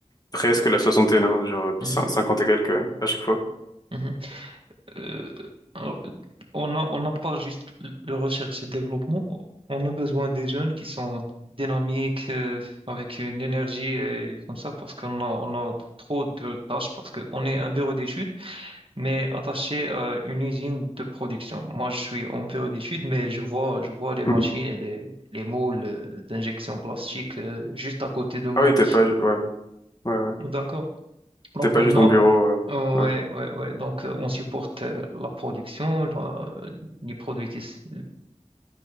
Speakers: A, on the left; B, on the right.
A: presque la soixantaine, hein, genre
B: mhm,
A: cin- cinquante et quelques euh, à chaque fois.
B: mhm. Euh, alors, on a, on n'a pas juste le recherche et développement, on a besoin des jeunes qui sont dynamiques, euh, avec une énergie et comme ça, parce qu'on a, on a trop de tâches, parce qu'on est un bureau d'études, mais attaché à une usine de production. Moi, je suis en bureau d'études, mais je vois, je vois les machines
A: Hmm.
B: et les, les moules euh, d'injection plastique, euh, juste à côté de moi.
A: Ah oui, t'es pas, ouais, ouais, ouais.
B: D'accord. Donc
A: T'es pas
B: on
A: juste
B: a
A: en bureau. euh,
B: ouais
A: Ouais.
B: ouais ouais donc euh, on supporte euh, la production la- les produits qui, s-